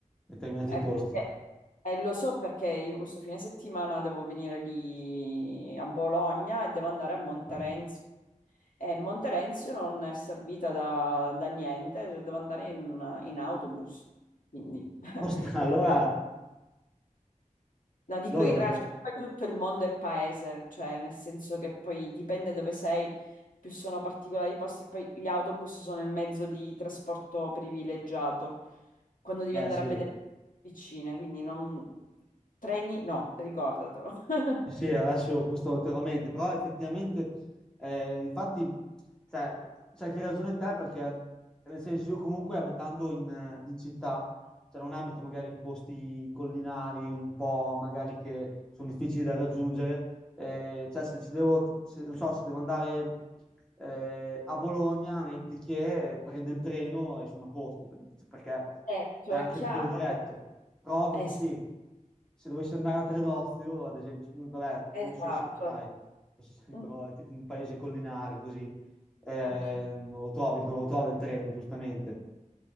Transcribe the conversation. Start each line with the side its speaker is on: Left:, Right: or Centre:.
Centre: determinati
Left: eh,
Centre: posti.
Left: perché- eh, lo so perché io questo fine settimana devo venire lì a Bologna e devo andare a Monterenzio.
Centre: Beh,
Left: E Monterenzio non è servita da, da niente, cioè devo andare in, in autobus. Quindi <laughs>
Centre: Mostra,
Left: in realtà
Centre: allora,
Left: No, dico
Centre: allora,
Left: in
Centre: è
Left: realtà
Centre: buono.
Left: poi tutto il mondo è paese, cioè nel senso che poi dipende dove sei, più sono particolari i posti, poi gli autobus sono il mezzo di trasporto privilegiato, quando devi
Centre: beh
Left: andare
Centre: sì.
Left: a vedere vicine, quindi non... treni no, ricordatelo. <laughs>
Centre: Sì, sì, adesso questo ulteriormente, però effettivamente, eh, infatti, cioè, c'è che ragione te perché, nel senso, io comunque abitando in, in città, cioè non abito magari in posti collinari, un po' magari che sono difficili da raggiungere, eh, cioè se ci devo, se- non so, se devo andare eh, a Bologna, metti che prendo il treno e sono a posto, per- perché
Left: Certo,
Centre: c'è anche
Left: è chiaro
Centre: quello diretto.
Left: che...
Centre: Prov
Left: Eh,
Centre: che
Left: sì,
Centre: sì, se dovessi andare a Tredozio, ad esempio, mm, vabbè,
Left: esatto.
Centre: non so se lo sai, lo sai,
Left: Mm,
Centre: però è tipo un paese collinare così, eh,
Left: Ok.
Centre: non lo trovi, non lo trovi il treno, giustamente.